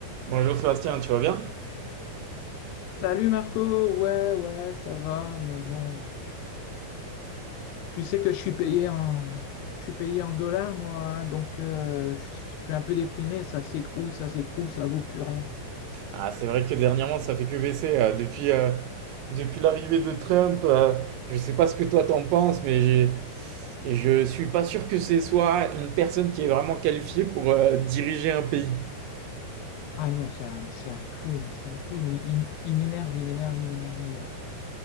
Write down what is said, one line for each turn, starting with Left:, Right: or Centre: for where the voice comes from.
Right: Bonjour Sébastien, tu vas bien?
Left: Salut Marco, ouais, ouais, ça va, mais bon, tu sais que je suis payé en, je suis payé en dollars, moi, hein, donc euh, je suis un peu déprimé, ça s'écroule, ça s'écroule, ça vaut plus rien.
Right: Ah, c'est vrai que dernièrement, ça fait que baisser. euh, depuis euh, depuis l'arrivée de Trump, euh, je sais pas ce que toi t'en penses, mais j'ai, je suis pas sûr que ce soit une personne qui est vraiment qualifiée pour euh, diriger un pays.
Left: Ah non, c'est un, c'est un clown, c'est un clown, il, il- il m'énerve, il m'énerve, il m'énerve, il m'énerve.